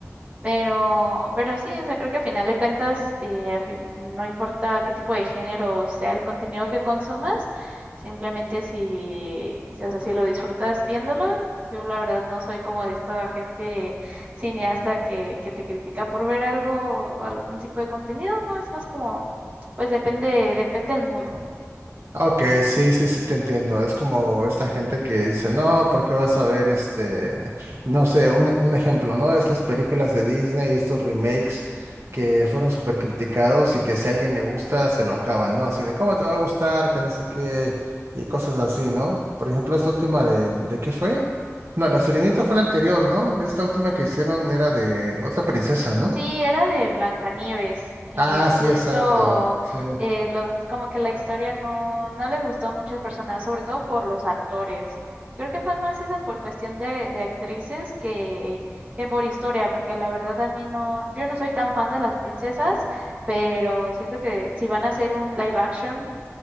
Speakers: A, on the right; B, on the right.
A: Pero, pero sí, o sea, creo que a final de cuentas, eh, a fin- no importa qué tipo de género sea el contenido que consumas, simplemente si, o sea, si lo disfrutas viéndolo, yo la verdad no soy como de esta gente cineasta que, que te critica por ver algo, algún tipo de contenido, no, es más como, pues depende, depende el mood.
B: Ok, sí, sí, sí te entiendo. Es como esta gente que dice, no, porque vas a ver este, no sé, un, un ejemplo, ¿no? Estas películas de Disney, estos remakes que fueron súper criticados y que si a alguien le gusta, se lo acaban, ¿no? Así de, ¿cómo te va a gustar? Que no sé qué, y cosas así, ¿no? Por ejemplo, esta última de, ¿de qué fue? No, La Sirenita fue la anterior, ¿no? Esta última que hicieron era de otra princesa, ¿no?
A: Sí, era de Blancanieves, que
B: Ah, sí,
A: justo
B: exacto. Sí.
A: eh, lo- como que la historia no, no les gustó a muchas personas, sobre todo por los actores. Creo que fue más eso por cuestión de, de actrices que, que por historia, porque la verdad a mí no, yo no soy tan fan de las princesas, pero siento que si van a hacer un live action